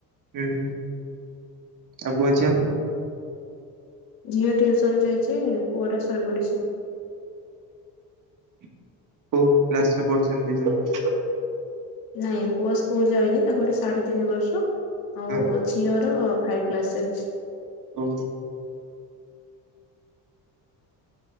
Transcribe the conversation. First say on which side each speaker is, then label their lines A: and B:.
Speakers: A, on the right; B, on the left.
A: ହୁଁ ହୁଁ ସବୁ ପୁଅ ଝିଅ।
B: ଝିଅ ଟିଉସନ୍ ଯାଇଚି ପୁଅ ଟା ଶୋଇ ପଡିଚି।
A: କୋଉ କ୍ଲାସ୍ରେ ପଢୁଚନ୍ତି ଦି ଜଣ।
B: ନାଇଁ ପୁଅ ସ୍କୁଲ ଯାଇନି ତାକୁ ଗୋଟେ ସାଢେ ତିନି ବର୍ଷ ଆଉ
A: ହଁ
B: ଝିଅର ଫାଇଭ୍। କ୍ଲାସ୍ ଚାଲ୍ଚି।
A: ଓ।